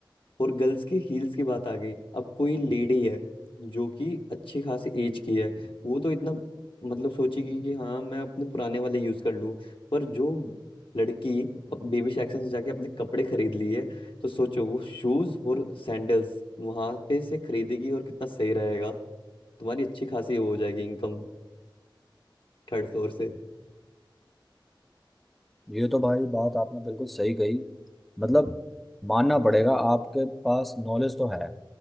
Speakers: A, on the left (about 80°); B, in the centre.
A: और गर्ल्स की हील्स की बात आ गई अब कोई लेडी है जो कि अच्छी खासी एज की है वो तो इतना मतलब सोचेगी कि हाँ मैं अपने पुराने वाले यूज कर लूँ पर जो लड़की बेबी सेक्शन से जाके अपने कपड़े खरीद लिए तो सोचो वो शूज और सैंडल्स वहां पे से खरीदेगी और कितना सही रहेगा तुम्हारी अच्छी खासी वो हो जाएगी इनकम थर्ड फ्लोर से
B: ये तो भाई बात आपने बिल्कुल सही कही मतलब मानना पड़ेगा आपके पास नॉलेज तो है